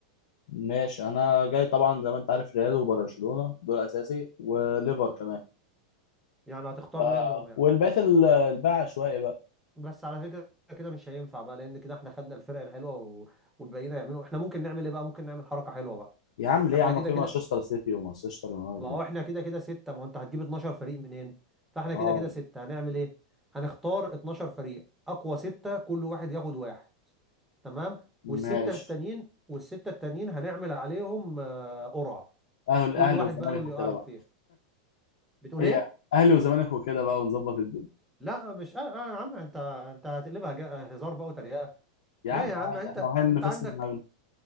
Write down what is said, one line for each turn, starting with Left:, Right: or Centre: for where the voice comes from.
Left: ماشي انا جاي طبعا زي ما انت عارف ريال وبرشلونه دول اساسي وليفر كمان
Centre: يعني هتختار
Left: آه.
Centre: منهم يعني
Left: والباقي ال- الباقي عشوائي بقى
Centre: بس على فكره كده مش هينفع بقى لان كده احنا خدنا الفرق الحلوه و... والباقيين هيعملوا احنا ممكن نعمل ايه بقى ممكن نعمل حركه حلوه بقى
Left: يا عم ليه
Centre: احنا
Left: يا عم
Centre: كده
Left: في
Centre: كده
Left: مانشستر سيتي ومانشستر يونايتد
Centre: ما هو احنا كده كده ستة ما هو انت هتجيب 12 فريق منين فاحنا
Left: اه
Centre: كده كده ستة هنعمل ايه هنختار 12 فريق اقوى ستة كل واحد ياخد واحد تمام والستة
Left: ماشي
Centre: التانيين والستة التانيين هنعمل عليهم آه، قرعة
Left: اهل
Centre: كل
Left: اهلي
Centre: واحد
Left: والزمالك
Centre: بقى واللي
Left: وكده
Centre: يقع له
Left: بقى
Centre: فيها بتقول
Left: هي
Centre: ايه
Left: اهلي والزمالك وكده بقى ونظبط الدنيا
Centre: لا مش آه آه يا عم انت انت هتقلبها جا- هزار بقى وتريقة
Left: يا
Centre: لا
Left: عم
Centre: يا
Left: عادي
Centre: عم انت
Left: احنا رايحين
Centre: انت
Left: نفسد
Centre: عندك
Left: دماغنا